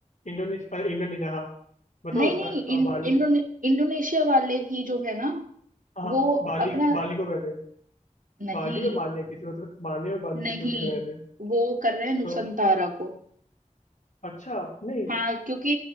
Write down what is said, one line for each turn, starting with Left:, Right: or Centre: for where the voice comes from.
Left: इंडोनेशिया इंडोनेशिया हाँ बताओ
Right: नहीं
Left: उसका
Right: नहीं
Left: अ,
Right: इन,
Left: बाली
Right: इंडोने, इंडोनेशिया वाले ही जो है ना
Left: हाँ
Right: वो
Left: बाली
Right: अपना
Left: बाली को कर रहे हैं
Right: नहीं
Left: बाली और माले किसी को तो माले और बाली
Right: नहीं
Left: किसी को कर रहे हैं
Right: वो कर रहे हैं नुसंतारा
Left: तो
Right: को
Left: अच्छा नहीं
Right: हाँ क्योंकि